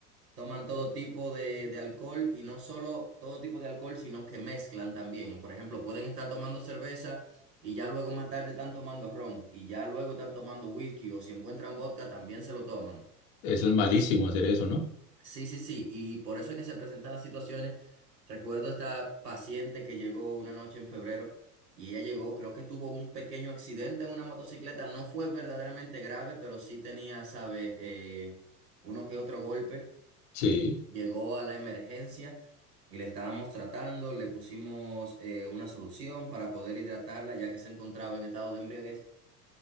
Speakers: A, on the right; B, on the left.
A: Toman todo tipo de, de alcohol y no solo todo tipo de alcohol, sino que mezclan también. Por ejemplo, pueden estar tomando cerveza y ya luego más tarde están tomando ron y ya luego están tomando whisky o si encuentran vodka también se lo toman.
B: eso es malísimo hacer eso, ¿no?
A: Sí, sí, sí. Y por eso es que se presentan las situaciones. Recuerdo esta paciente que llegó una noche en febrero y ella llegó, creo que tuvo un pequeño accidente en una motocicleta. No fue verdaderamente grave, pero sí tenía, sabe, eh, uno que otro golpe
B: Sí.
A: llegó a la emergencia y le estábamos tratando, le pusimos eh, una solución para poder hidratarla ya que se encontraba en estado de embriaguez.